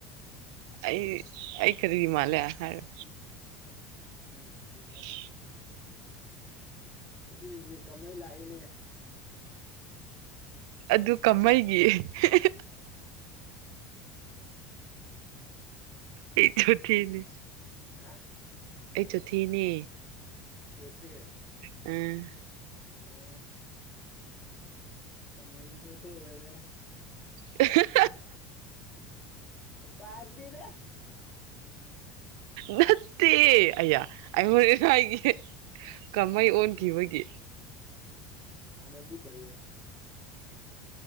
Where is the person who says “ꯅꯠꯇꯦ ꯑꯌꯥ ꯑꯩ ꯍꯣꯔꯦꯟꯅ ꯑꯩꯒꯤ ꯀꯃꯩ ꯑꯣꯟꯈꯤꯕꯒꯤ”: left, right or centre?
Right